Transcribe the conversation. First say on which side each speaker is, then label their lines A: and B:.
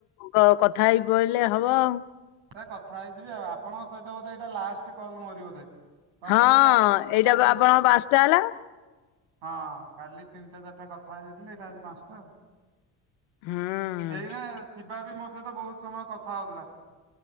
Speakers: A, on the left; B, on the right.
A: କ କଥା ହେଇ ପଳିଲେ ହବ ଆଉ।
B: ଏ କଥା ହେଇଯିବି ଆଉ, ଆପଣଙ୍କ ସହିତ ବୋଧେ ଏଇଟା ଲାଷ୍ଟ୍ କଲ୍ ମୋରି ବୋଧେ। କଣ
A: ହଁ
B: ପାଇଁ କହିଲେ ଆପଣଙ୍କ ସହିତ
A: ଏଇଟା
B: କାଲି
A: ବା ଆପଣଙ୍କ ପାସ୍ଟା ହେଲା।
B: ହଁ କାଲି ତିନିଟା ଚାରିଟା କଥା ହେଇ ଯାଇଥିଲେ ଏଇଟା ଆଜି ପାଞ୍ଚଟା ଆଉ।
A: ହୁଁ।
B: ଏଇନା ଶିବା ବି ମୋ ସହିତ ବହୁତ ସମୟ କଥା ହଉଥିଲା।